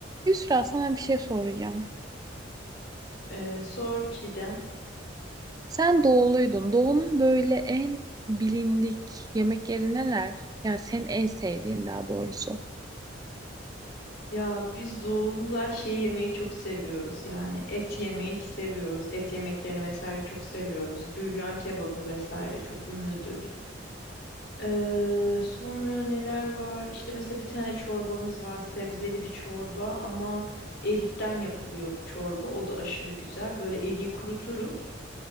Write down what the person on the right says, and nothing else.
Yusra sana bir şey soracağım.
Sen doğuluydun. Doğunun böyle en bilindik yemekleri neler? Yani senin en sevdiğin daha doğrusu.